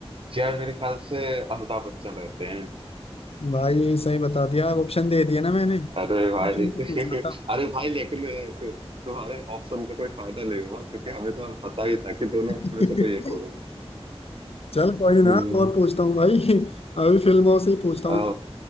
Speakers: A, on the right; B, on the left.
A: जय मेरे ख्याल से अमिताभ बच्चन रहते हैं
B: भाई सही बता दिया ऑप्शन दे दिया ना मैंने
A: अरे भाई
B: ऑप्शन
A: <laughs>
B: तो पूछना था
A: अरे भाई लेकिन तु, तुम्हारे ऑप्शन का कोई फायदा नहीं हुआ क्योंकि हमें तो पता ही था कि दोनों
B: <laughs>
A: में से कोई एक होगा
B: चल कोई
A: हम्म
B: ना और पूछता हूँ भाई <laughs> अभी फिल्मों से ही पूछता
A: आ,
B: हूँ